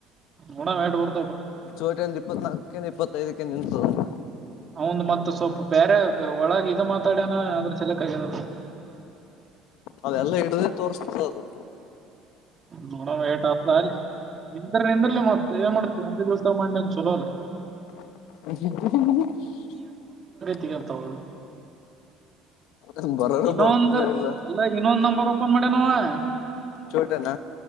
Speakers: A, on the right (about 30°); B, on the left (about 75°).
A: ಹಣ ಮಟೂರ್
B: ಚೋಟಿಯಂದ ಇಪ್ಪತ್ನಾಲ್ಕಂದ ಇಪ್ಪತ್ತು ಇದಕ್ಕೆ ನಿಂತಂತದಂತ
A: ಅವಂದು ಮತ್ತ ಸ್ವಲ್ಪ ಬೇರೆ ಒಳಗ ಇದ ಮಾತಾಡ್ಯನ ಅದ್ರ ಚೆಲಕ್ ಆಗ್ಯದದು
B: ಅವೆಲ್ಲ ಹಿಡ್ದೇ ತೋರ್ಸ್ತದು
A: ನೋಡಮ್ ಏಟ್ ಹ ಅ ನಿಂದ್ರ ನಿಂದ್ರಲಿ ಮ ಏನ್ ಮಾಡ್ತವಿ ಒಂದೇ ದಿವ್ಸ ಮಾಡಂದ ಚಲೋಲಿ
B: ಷ <unintelligible>
A: ಗಂತ ಹದು
B: ಅದು ಬರೋರು
A: ಇನ್ನೊಂದ
B: ಬರ್ತದ ಇಲ್ಲ
A: ಅಲ್ಲ ಇನ್ನೊಂದ್ ನಂಬರ್ ಓಪನ್ ಮಾಡೇ ನವ ಹಾ
B: ಚೋಟನ